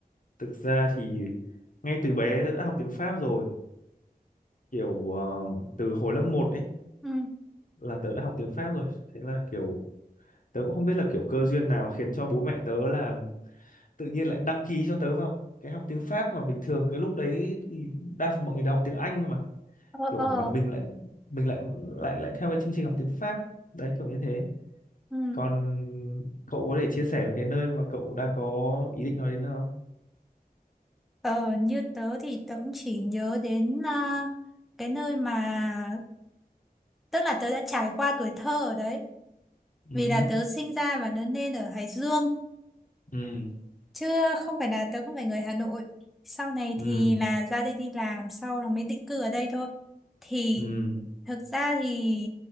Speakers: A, on the left; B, in the centre.
A: thực ra thì ngay từ bé tớ đã học tiếng Pháp rồi kiểu ờ, từ hồi lớp một ấy
B: ừ,
A: là tớ đã học tiếng Pháp rồi thế là kiểu tớ cũng không biết là kiểu cơ duyên nào khiến cho bố mẹ tớ là tự nhiên lại đăng ký cho tớ vào cái học tiếng Pháp mà bình thường cái lúc đấy thì đa phần mọi người đều học tiếng Anh
B: ờ,
A: kiểu
B: ờ,
A: mà mình lại mình lại lại lại theo cái chương trình học tiếng Pháp đấy kiểu như thế
B: ừ.
A: còn cậu có thể chia sẻ về cái nơi mà cậu đang có ý định nói đến nữa không
B: Ờ, như tớ thì tớ cũng chỉ nhớ đến à, cái nơi mà Tức là tớ đã trải qua tuổi thơ ở đấy.
A: ừ
B: Vì
A: hứ,
B: là tớ sinh ra và lớn lên ở Hải Dương.
A: ừ
B: Chứ không phải là tớ không phải người Hà Nội. Sau này
A: ừ
B: thì là ra đây đi làm, sau là mới định cư ở đây thôi. Thì
A: ừ
B: thực ra thì